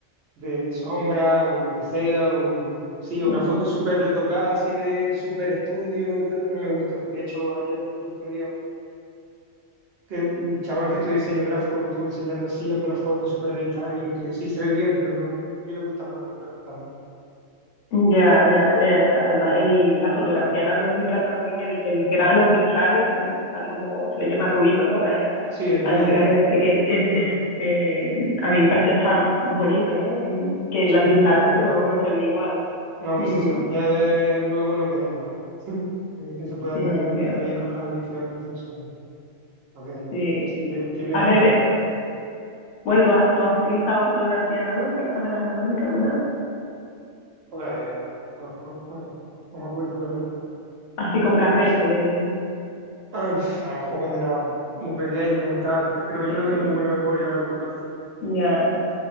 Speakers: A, on the right; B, on the left.
A: de sombra o lo que sea. O, sí, una
B: sí.
A: foto súper retocada, así de súper estudio, no me gusta. De hecho, ayer, el otro día, que un chaval que estudia diseño gráfico me estuvo enseñando así algunas fotos súper editadas y es que sí se ve bien, pero no, a mí me gusta más natural también.
B: Ya, ya, eh, además el, la fotografía analógica también, el, el grano que sale, mm, sale como se le llama ruido, ¿no? Eh,
A: Sí, el
B: al
A: ruido,
B: grano
A: eh,
B: ese que es, es eh, a mí me parece hasta bonito, ¿no? Mm, Que
A: sí,
B: en la digital
A: está guay.
B: eso no, no se ve igual.
A: No,
B: Mm,
A: y si se lo añade luego no queda igual. <laughs> Eh, Que se puede añadir
B: no,
A: ruido
B: que va,
A: ahí con las ediciones y todo eso. no, no queda igual.
B: sí.
A: Sí, eh, tiene,
B: Al revés. Bueno, ¿tú has, tú has utilizado fotografía analógica, cámaras analógicas alguna vez?
A: pues, pues, pues, pues, no me acuerdo, la verdad.
B: Así con carrete,
A: Sí, ah, A lo mejor cuando era muy pequeño tal, pero creo que
B: eh,
A: yo no tengo muy buena memoria a largo plazo,
B: ya.